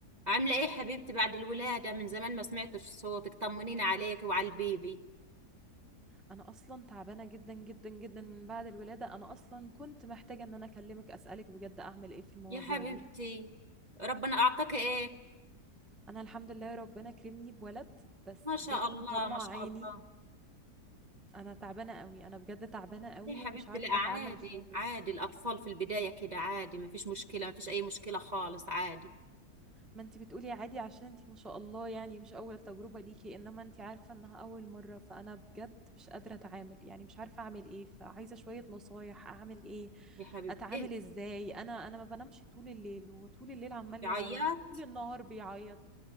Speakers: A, on the right; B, in the centre.
A: عاملة ايه حبيبتي بعد الولادة من زمان ما سمعتش صوتك طمنيني عليك وعلى البيبي
B: انا اصلا تعبانه جدا جدا جدا من بعد الولاده انا اصلا كنت محتاجه ان انا اكلمك اسالك بجد اعمل ايه في المواضيع
A: يا حبيبتي
B: دي
A: ربنا اعطاك ايه
B: انا الحمد لله ربنا كرمني بولد بس
A: ما شاء
B: بجد
A: الله
B: مطلع
A: ما شاء
B: عيني
A: الله
B: انا تعبانه قوي انا بجد تعبانه قوي
A: يا حبيبتي
B: ومش عارفه
A: لا عادي
B: اتعامل خالص
A: عادي الاطفال في البداية كده عادي ما فيش مشكلة ما فيش اي مشكلة خالص عادي
B: ما انت بتقولي عادي عشان انت ما شاء الله يعني مش اول تجربة ليكي انما انت عارفة انها اول مرة فانا بجد مش قادرة اتعامل يعني مش عارفة اعمل ايه فعايزة شوية نصايح اعمل ايه
A: يا حبيبتي
B: اتعامل
A: ايه
B: ازاي انا انا ما بنامش طول الليل هو طول الليل عمال
A: بيعيط
B: يعيط وطول النهار بيعيط